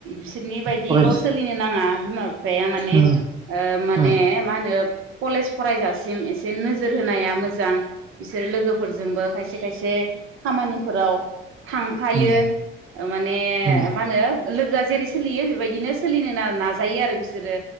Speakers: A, on the right; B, on the right.
A: इसोरनि बायदिल
B: फरायसा
A: सोलिनो नाङा बिमा बेहा माने
B: उम
A: माने
B: उम
A: मा होनो कलेज फरायजासिम एसे नोजोर होनाया मोजां बिसोर लोगोफोरजोंबो खायसे खायसे खामानिफोराव थांफायो
B: उम
A: <unintelligible> मा
B: उम
A: होनो लोगोआ जेरै सोलियो बेबायदिनो सोलिनो ना‍ नाजायो आरो बिसोरो